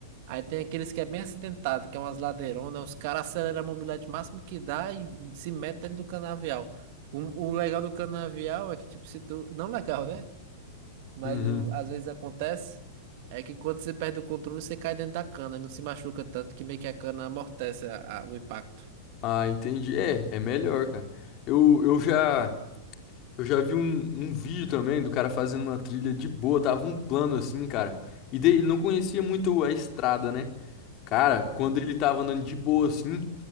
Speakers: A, on the right (about 50°); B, on the left (about 40°).
A: Aí tem aqueles que é bem acidentado, que é umas ladeironas, os caras aceleram a mobilete o máximo que dá e se metem dentro do canavial. O, o legal do canavial é que, tipo, se tu. Não legal, né? Mas
B: Uhum.
A: o- às vezes acontece é que quando você perde o controle, você cai dentro da cana e não se machuca tanto que meio que a cana amortece a- a- o impacto.
B: Ah, entendi. É, é melhor, cara. Eu, eu já eu já vi um, um vídeo também do cara fazendo uma trilha de boa, tava um plano assim, cara. E daí ele não conhecia muito a estrada, né? Cara,
A: Uhum.
B: quando ele tava andando de boa assim,